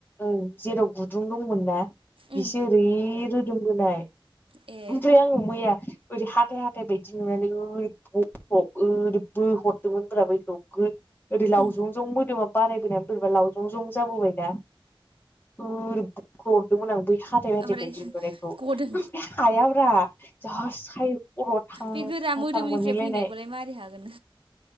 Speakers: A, on the left; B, on the right.
A: ओं जेराव गुदुं दंमोन ना
B: उम
A: बिसो ओरै रोदोमबोनाय
B: ए
A: ओमफ्राय आं मैया ओरै हाथ हाथाय हाथाय बायदि नुनानै ओरै बख' ओरै बोहरदोंमोन ब्रा बैखौ गो ओरै लावजंजं
B: ओ
A: मोदोमा बारायबोनानै बोरैबा लावजंजं जाबोबायना ओरै बख' हरदोंमोन आं बै हाथाय हाथाय
B: ओमफ्राय
A: बायदि नुनायखौ
B: गदों
A: हायाब्रा जा सायो खर'आव थां
B: बै गोरा
A: थां
B: मोदोमनिफ्राय
A: थां मोनहैलायनाय
B: फैनायखौलाय मारै हागोन